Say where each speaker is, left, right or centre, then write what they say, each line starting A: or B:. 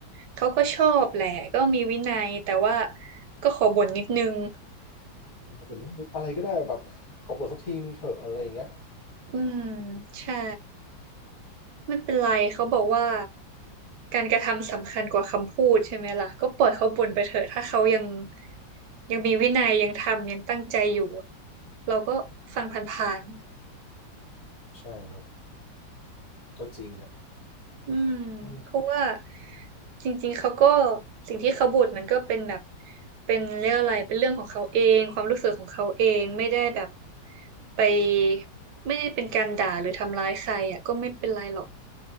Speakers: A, on the right; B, on the left.
A: เขาก็ชอบแหละก็มีวินัยแต่ว่าก็ขอบ่นนิดนึง
B: เขาบอกว่าอะไรก็ได้แบบขอปวดสักทีนึงเถอะอะไรอย่างเงี้ย
A: อืมใช่ไม่เป็นไรเขาบอกว่าการกระทำสำคัญกว่าคำพูดใช่ไหมล่ะก็ปล่อยเขาบ่นไปเถอะถ้าเขายังยังมีวินัยยังทำยังตั้งใจอยู่เราก็ฟังผ่านๆ
B: ใช่ครับก็จริงอ่ะ
A: อืม
B: อืม
A: เพราะว่าจริงๆเขาก็สิ่งที่เขาบ่นมันก็เป็นแบบเป็นเรื่องอะไรเป็นเรื่องของเขาเองความรู้สึกของเขาเองไม่ได้แบบไปไม่ได้เป็นการด่าหรือทำร้ายใครอ่ะก็ไม่เป็นไรหรอก